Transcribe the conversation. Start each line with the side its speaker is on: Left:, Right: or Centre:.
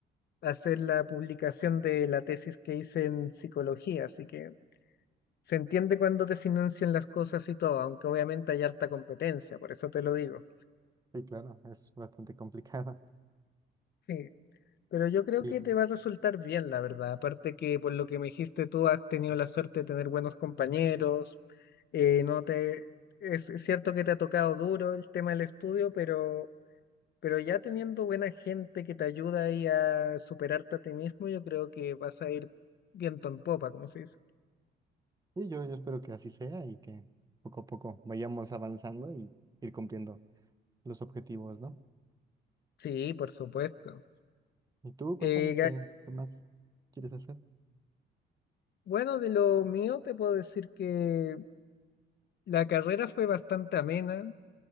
Left: hacer la publicación de la tesis que hice en psicología, así que se entiende cuando te financian las cosas y todo, aunque obviamente hay harta competencia, por eso te lo digo.
Right: Sí, claro, es bastante complicado. <laughs>
Left: Sí, pero yo creo
Right: Y,
Left: que te va a resultar bien, la verdad, aparte que por lo que me dijiste tú has tenido la suerte de tener buenos compañeros, eh, no te... Es es cierto que te ha tocado duro el tema del estudio, pero... Pero ya teniendo buena gente que te ayuda ahí a superarte a ti mismo, yo creo que vas a ir viento en popa, como se dice.
Right: y yo, yo espero que así sea y que poco a poco vayamos avanzando y ir cumpliendo los objetivos, ¿no?
Left: Sí, por supuesto.
Right: Y tú,
Left: Eh,
Right: cuéntame
Left: ga-
Right: qué, qué más quieres hacer.
Left: bueno, de lo mío te puedo decir que la carrera fue bastante amena.